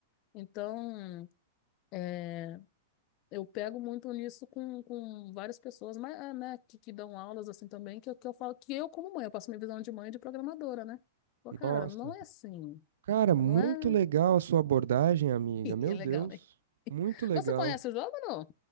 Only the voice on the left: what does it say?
Então, é, eu pego muito nisso com, com várias pessoas, mas, é, né, que, que dão aulas assim também, que, eu- que eu falo que eu, como mãe, eu passo minha visão de mãe e de programadora, né? Pô,
cara, não é assim.
Não é.
<laughs>
É legal,
né?
Você conhece o jogo ou não?